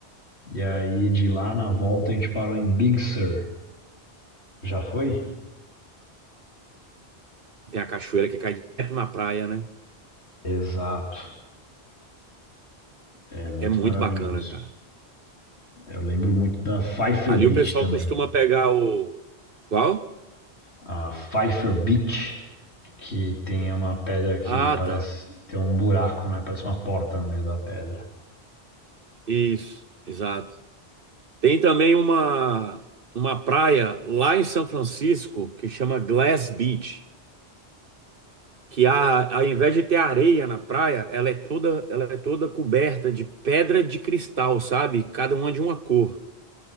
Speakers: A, on the left; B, on the right.
A: e aí de lá na volta a gente parou em Big Sur. Já foi?
B: Tem a cachoeira que cai direto na praia, né?
A: Exato. É muito
B: É muito
A: maravilhoso.
B: bacana, cara.
A: Eu lembro muito da Pfeiffer
B: Ali
A: Beach
B: o pessoal
A: também.
B: costuma pegar o. Qual?
A: A Pfeiffer Beach, que tem uma pedra que
B: Ah,
A: parece
B: tá.
A: ter um buraco, né? Parece uma porta no meio da pedra.
B: Isso, exato. Tem também uma, uma praia lá em São Francisco que chama Glass Beach. que a, ao invés de ter areia na praia, ela é toda, ela é toda coberta de pedra de cristal, sabe? Cada uma de uma cor.